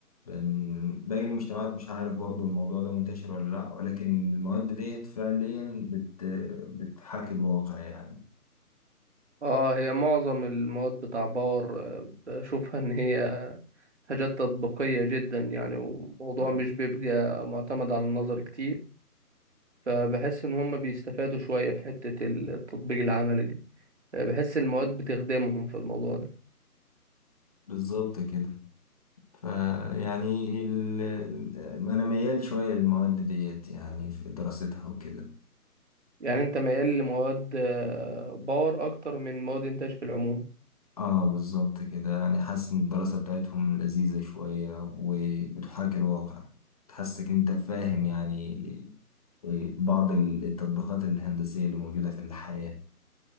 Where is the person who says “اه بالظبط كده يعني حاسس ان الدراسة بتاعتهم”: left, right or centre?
Left